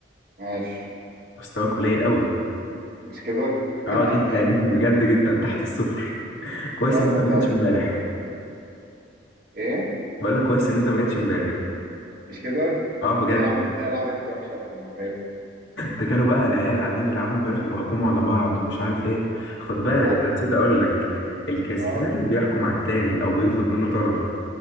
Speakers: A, on the right; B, on the left.
A: ماشي
B: مستواك قليل قوي
A: مش كده <laughs>
B: اه جدا <laughs> بجد جدا تحت الصفر كويس
A: يلا
B: ان انت ما
A: طيب
B: جيتش امبارح
A: ايه
B: بقول لك كويس ان انت ما جيتش امبارح
A: مش كده
B: اه بجد
A: ليه يا عم تلاقي القعدة كانت وحشة اصلا من غير
B: ده كانوا بقى العيال قاعدين يلعبوا امبارح وبيحكموا على بعض ومش عارف ايه خد بالك
A: اوبا
B: انا نسيت اقول لك الكسبان
A: اه
B: بيحكم على التاني او بيطلب منه طلب